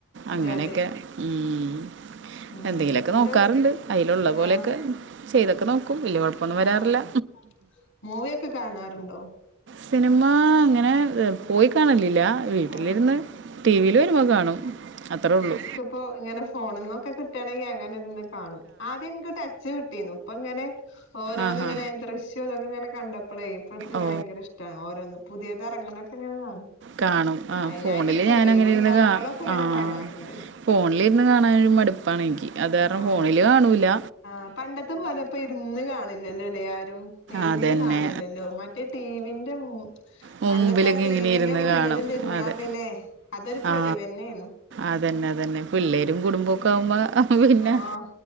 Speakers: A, on the left (about 80°); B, on the right (about 60°).
A: അതെ
B: അങ്ങനെയൊക്കെ
A: അതെ
B: ഉം
A: ഉം
B: എന്തെങ്കിലൊക്കെ
A: എന്നിട്ട്
B: നോക്കാറുണ്ട് അയ്ലുള്ള പോലെയൊക്കെ
A: ആഹ്
B: ചെയ്തൊക്കെ നോക്കും, വലിയ കൊഴപ്പൊന്നും വരാറില്ല
A: ആഹ് മൂവിയൊക്കെ കാണാറ്ണ്ടോ
B: സിനിമ അങ്ങനെ പോയി കാണലില്ല വീട്ടിലിരുന്ന്
A: ആഹ്
B: ടീവീൽ വരുമ്പോ കാണും അത്ര ഒള്ളൂ
A: പ്പൊ ങ്ങനെ ഫോണിന്നൊക്കെ കിട്ടാണെങ്ങി അങ്ങനെ ഇര്ന്ന് കാണും ആദ്യം ഇൻക്ക് ടച്ച് വിട്ടീന്നു പ്പങ്ങനെ ഓരോന്ന്ങ്ങനെ
B: ആഹാ.
A: ദൃശ്യം തൊക്കെങ്ങനെ കണ്ടപ്പളയ് പ്പച്ച്
B: ഓ!
A: ഭയങ്കര ഇഷ് ട്ടാണ്. ഓരോന്ന് പുതിയതറങ്ങ്ണൊക്കെ ങ്ങനെ കാണും
B: കാണും, ആഹ്
A: അയിനായിട്ടിരിക്കൂല
B: ഫോണില് ഞാനങ്ങനിരുന്ന്
A: ഒഴിവുണ്ടാവുമ്പളൊക്കെ
B: കാ
A: ഇങ്ങനെ
B: ആഹ്
A: കാണാറുണ്ട്.
B: ഫോണിലിരുന്ന് കാണാനൊരു മടുപ്പാണെനിക്ക്. അത് കാരണം
A: ആഹ്
B: ഫോണില് കാണൂല്ല
A: ആഹ് പണ്ടത്തെ പോലെ പ്പോ ഇരുന്ന് കാണില്ലല്ലൊലേ ആരും ഇരുന്ന്
B: അതന്നെ.
A: കാണൂല്ലല്ലോ മറ്റേ ടിവി ന്റെ <unintelligible>
B: മുമ്പിലൊക്കെ
A: പണ്ടത്താ ടീവിന്റെ
B: ഇങ്ങനെ ഇരുന്ന്
A: മുന്നില്ണ്ടിരുന്നാ
B: കാണും. അതെ.
A: പിന്നെ അതൊരു പൊളിവന്നേന്നു
B: ആ. അതന്നെ അതന്നെ പിള്ളേരും കുടുംബക്കാവുമ്പോ പിന്നെ
A: ആഹ്